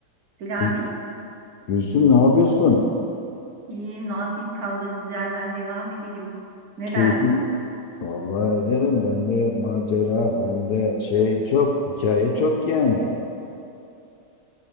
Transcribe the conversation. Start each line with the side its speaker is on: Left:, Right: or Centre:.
Right: Selami,
Left: Gül- Gülsüm ne yapıyorsun?
Right: iyiyim, ne yapayım? Kaldığımız yerden devam edelim. Ne
Left: Keyfin.
Right: dersin?
Left: Vallahi ederim. Bende macera, bende şey çok, hikaye çok yani.